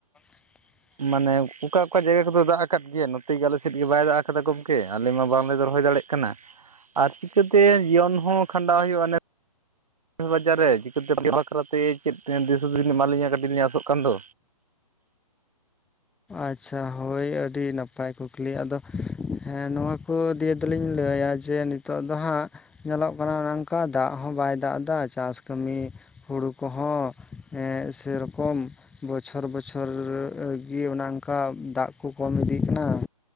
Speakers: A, in the centre; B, on the right (about 70°).
A: <inaudible>
B: ᱢᱟᱱᱮ ᱚᱠᱟ ᱚᱠᱟ ᱡᱟᱭᱜᱟ ᱠᱚᱫᱚ ᱫᱟᱜ ᱟᱠᱟᱫ ᱜᱮᱭᱟ ᱱᱚᱛᱮ ᱜᱮ ᱟᱞᱮᱥᱮᱫ ᱜᱮ ᱵᱟᱭ ᱫᱟᱜ ᱟᱠᱟᱫᱟ ᱜᱚᱝᱠᱮ ᱟᱞᱮ ᱢᱟ ᱵᱟᱝᱞᱮ ᱨᱚᱦᱚᱭ ᱫᱟᱲᱮᱜ ᱠᱟᱱᱟ ᱟᱨ ᱪᱤᱠᱟᱹ ᱛᱮ ᱡᱤᱭᱚᱱ ᱦᱚᱸ ᱠᱷᱟᱸᱰᱟᱣ ᱦᱩᱭᱩᱜᱼᱟ ᱱᱮᱛ ᱫᱩ ᱦᱟᱡᱟᱨ ᱨᱮ ᱪᱤᱠᱟᱹ ᱛᱮ ᱟᱯᱮ ᱵᱟᱠᱷᱨᱟ ᱛᱮ ᱪᱮᱫ ᱫᱤᱥ ᱦᱩᱫᱤᱥ ᱮᱢᱟᱞᱤᱧᱟ. ᱠᱟᱹᱴᱤᱡ ᱞᱤᱧ ᱟᱥᱚᱜ ᱠᱟᱱ ᱫᱚ
A: ᱟᱪᱪᱷᱟ ᱦᱳᱭ ᱟᱹᱰᱤ ᱱᱟᱯᱟᱭ ᱠᱩᱠᱞᱤ ᱟᱫᱚ ᱦᱮᱸ ᱱᱚᱣᱟ ᱠᱚ ᱫᱤᱭᱮ ᱫᱚ ᱞᱤᱧ ᱞᱟᱹᱭ ᱟ ᱡᱮ ᱱᱤᱛᱚᱜ ᱫᱚ ᱦᱟᱸᱜ ᱧᱮᱞᱚᱜ ᱠᱟᱱᱟ ᱚᱱᱠᱟ ᱫᱟᱜ ᱦᱚᱸ ᱵᱟᱭ ᱫᱟᱜ ᱮᱫᱟ ᱪᱟᱥ ᱠᱟᱹᱢᱤ ᱦᱩᱲᱩ ᱠᱚᱦᱚᱸ ᱦᱮᱸ ᱥᱮᱨᱚᱠᱚᱢ ᱵᱚᱪᱷᱚᱨ ᱵᱚᱪᱷᱚᱨ ᱨᱮ ᱤᱭᱟ. ᱚᱱᱮ ᱚᱱᱠᱟ ᱫᱟᱜ ᱠᱚ ᱠᱚᱢ ᱤᱫᱤᱜ ᱠᱟᱱᱟ